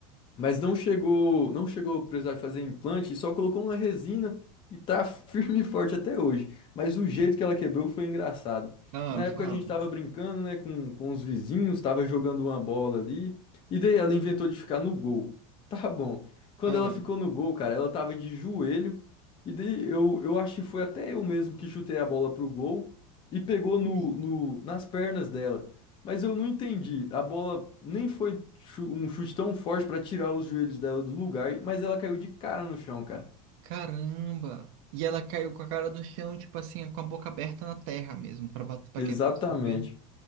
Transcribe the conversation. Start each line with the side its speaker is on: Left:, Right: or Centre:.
Left: Mas não chegou, não chegou a precisar fazer implante, só colocou uma resina e tá <laughs> firme e forte até hoje. Mas o jeito que ela quebrou foi engraçado.
Right: Ah,
Left: Na
Right: me
Left: época
Right: fala.
Left: a gente tava brincando, né, com, com os vizinhos, tava jogando uma bola ali, e daí ela inventou de ficar no gol. <laughs> Tá bom. Quando
Right: Ah,
Left: ela ficou no gol, cara, ela tava de joelho, e daí eu, eu acho que foi até eu mesmo que chutei a bola pro gol e pegou no,
Right: ih,
Left: no, nas pernas dela. Mas eu não entendi. A bola nem foi chu- um chute tão forte pra tirar os joelhos dela do lugar, mas ela caiu de cara no chão, cara.
Right: caramba! E ela caiu com a cara no chão, tipo assim, com a boca aberta na terra mesmo, pra, bat- pra
Left: Exatamente.
Right: quebrar assim, foi?